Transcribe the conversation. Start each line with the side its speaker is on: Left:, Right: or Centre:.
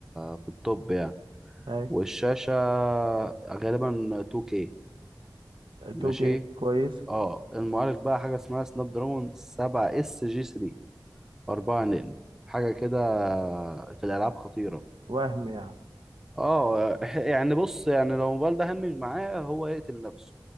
Centre: في التوب يعني
Right: اي
Centre: والشاشة غالبا 2K ماشي
Right: توكي كويس
Centre: اه المعالج بقى حاجة اسمها سناب دراجون 7 اس جي 3 4 نانو حاجة كده في الألعاب خطيرة
Right: وهم يعني
Centre: اه يعني بص يعني لو الموبايل ده هنج معاه هو يقتل نفسه